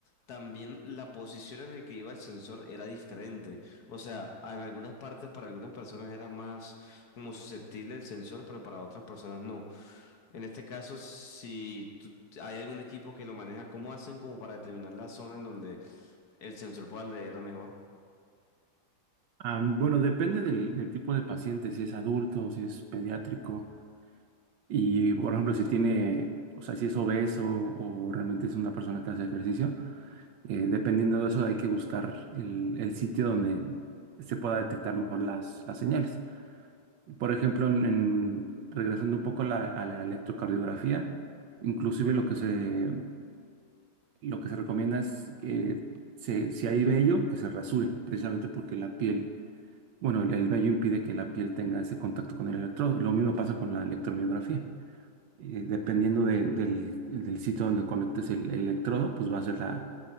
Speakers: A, on the left; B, on the right.
A: también la posición en la que iba el sensor era diferente. O sea, en algunas partes para algunas personas era más como susceptible el sensor, pero para otras personas no. En este caso, si tú- hay algún equipo que lo maneja, ¿cómo hacen como para determinar la zona en donde el sensor pueda leer mejor.
B: Ah, bueno, depende del, del tipo de paciente, si es adulto, si es pediátrico y, por ejemplo, si tiene, o sea, si es obeso o realmente es una persona que hace ejercicio, eh, dependiendo de eso hay que buscar el, el sitio donde se pueda detectar mejor las, las señales. Por ejemplo, en, en- regresando un poco a la, a la electrocardiografía, inclusive lo que se, lo que se recomienda es que se- si hay vello, que se rasure, precisamente porque la piel, bueno, el, el vello impide que la piel tenga ese contacto con el electrodo. Y lo mismo pasa con la electromiografía. Eh, dependiendo de- del, del sitio donde conectes el, el electrodo, pues va a ser la,